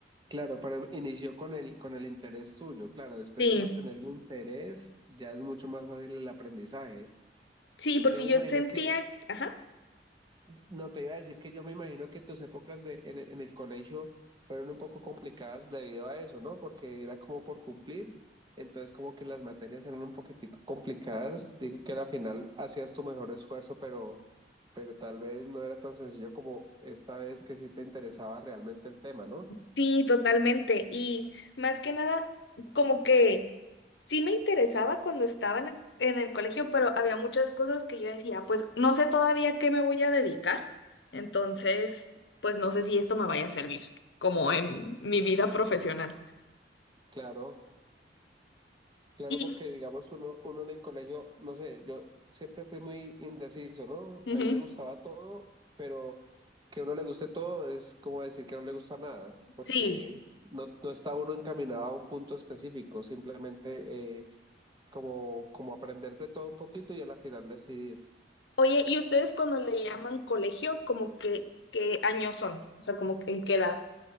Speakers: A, on the right; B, on the left.
A: claro, pero inició con el, con el interés suyo, claro, después
B: Sí,
A: de uno tener el interés, ya es mucho más fácil el aprendizaje.
B: sí, porque
A: Yo me
B: yo
A: imagino
B: sentía,
A: que
B: ajá.
A: No, te iba a decir que yo me imagino que tus épocas de, en, en el colegio fueron un poco complicadas debido a eso, ¿no? Porque era como por cumplir, entonces como que las materias eran un poquitico complicadas. Digo que al final hacías tu mejor esfuerzo, pero, pero tal vez no era tan sencillo como esta vez que sí te interesaba realmente el tema, ¿no?
B: Sí, totalmente. Y más que nada, como que sí me interesaba cuando estaba en el, en el colegio, pero había muchas cosas que yo decía, pues no sé todavía qué me voy a dedicar. Entonces, pues no sé si esto me vaya a servir, como en mi vida profesional.
A: Claro. Claro,
B: Y
A: porque digamos uno, uno en el colegio, no sé, yo siempre fui muy indeciso, ¿no?
B: ujú,
A: A mí me gustaba todo, pero que a uno le guste todo es como decir que no le gusta nada, porque
B: sí.
A: no, no está uno encaminado a un punto específico, simplemente eh, como, como aprender de todo un poquito y a la final decidir.
B: Oye, ¿y ustedes cuando le llaman colegio, como que qué años son? O sea, como que en qué edad